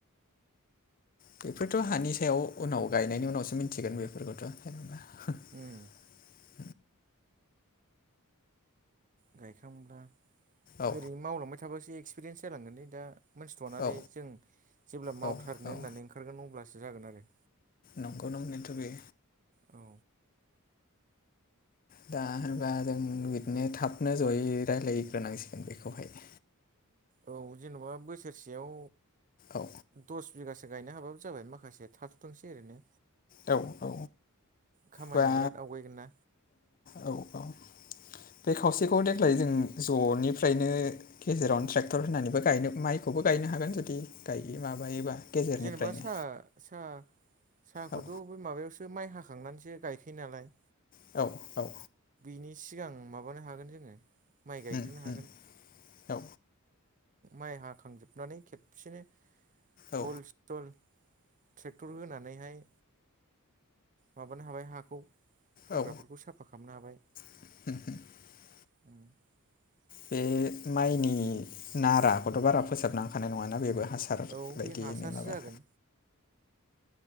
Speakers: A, on the left; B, on the right.
A: बेफोरथ' हानि सायाव उनाव गायनायनि उनावसो मिथिगोन बेफोरखौथ' जेनेबा
B: उम
A: <inaudible>
B: गायखांब्ला
A: औ
B: ओरै मावलांबाय थाबासो एक्सपिरियेन्स जालांगोनलै दा मोनथिथनानै
A: औ
B: जों जेब्ला
A: औ
B: मावथारनो
A: औ
B: होननानै ओंखारगोन अब्लासो जागोन आरो
A: नंगौ नंनायाथ बे
B: औ
A: दा होनबा जों बिदिनो थाबनो जयै रायलायग्रोनांसिगोन बेखौहाय <inaudible>
B: औ जेनेबा बोसोरसेयाव
A: औ
B: दस बिगासो गायनो हाबाबो जाबाय माखासे थाथथोंसै ओरनो
A: औ औ
B: खामानिया
A: बा
B: बिराद आवगायगोन ना
A: औ औ <inaudible> बे खावसेखौ देग्लाय जों जनिफ्रायनो गेजेरावनो ट्रेक्टर होनानैबो गायनो माइखौबो गायनो गायनो हागोन जुदि गायो माबायोबा गेजेरनिफ्रायनो
B: जेनेबा सा सा साहाखौथ
A: औ
B: बै माबायावसो माइ हाखांनानैसो गायखायो नालाय
A: औ औ
B: नि सिगां माबानो हागोन जोङो माइ गायग्रोनो
A: उम
B: हागोन
A: उम औ
B: माइ हाखांजोबनानै खेबसेनो
A: औ
B: हल सल ट्रेक्टर होनानैहाय माबानो हाबाय हाखौ हाग्राफोरखौ
A: औ
B: साफा खालामनो हाबाय
A: <unintelligible>
B: <inaudible>
A: बे माइनि नाराखौथ बारा फोसाबनांखानाय नङाना बेबो हासार
B: औ
A: बायदियैनो
B: बे हासारसो
A: माबा
B: जागोन